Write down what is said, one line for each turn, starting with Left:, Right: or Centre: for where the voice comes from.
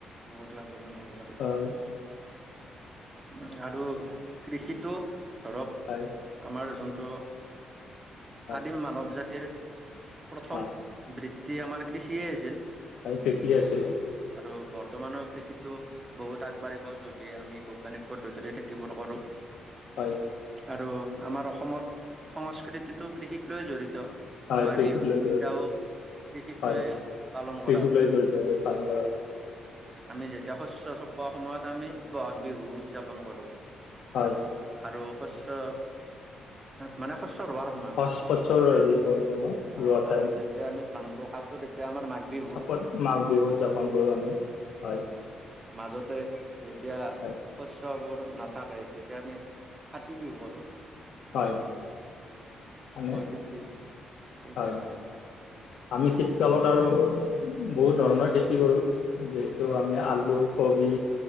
Right: বহুত লাভৱান হ'ব পাৰে।
Left: হয়
Right: উম, আৰু কৃষিতো ধৰক
Left: হয়
Right: আমাৰ যোনটো,
Left: হয়
Right: আদিম মানৱ জাতিৰ প্ৰথম
Left: হয়
Right: বৃত্তি আমাৰ কৃষিয়ে আছিল।
Left: হয়, কৃষিয়ে আছিলে।
Right: আৰু বৰ্তমানৰ কৃষিতো বহুত আগবাঢ়িব, যদি আমি বৈজ্ঞানিক পদ্ধতিৰে খেতিবোৰ কৰোঁ।
Left: হয়।
Right: আৰু আমাৰ অসমত সংস্কৃতিটো কৃষিক লৈয়ে জড়িত।
Left: হয়
Right: আমাৰ
Left: কৃষিক
Right: বিহু
Left: লৈ
Right: তিনিটাও
Left: জড়িত
Right: কৃষিক
Left: হয়
Right: লৈয়ে পালন
Left: কৃষিক
Right: কৰা হয়।
Left: লৈ জড়িত হৈ পালন কৰা
Right: আমি যেতিয়া শস্য চপোৱা সময়ত আমি বহাগ বিহু উদযাপন কৰোঁ।
Left: হয়।
Right: আৰু শস্য, মানে শ স্য ৰোৱাৰ সময়ত,
Left: ফাৰ্ষ্ট বছৰ হেৰি কৰো মই
Right: অ',
Left: ৰোৱা
Right: আৰু
Left: টাইম
Right: যেতিয়া আমি ধানটো কাটো তেতিয়া আমাৰ মাঘ বিহ
Left: চাপত, মাঘ বিহু উদযাপন কৰোঁ আমি, হয়।
Right: মাজতে যেতিয়া শস্
Left: হয়
Right: শস্যবোৰ নাথাকে, তেতিয়া আমি কাতি বিহু কৰোঁ।
Left: হয়। মানে,
Right: খেতি কৰা
Left: হয়,
Right: যায়।
Left: আমি শীত কালত আৰু বহুত ধৰণৰ খেতি কৰোঁ, যিহেতু
Right: হয়
Left: আমি আলু, কবি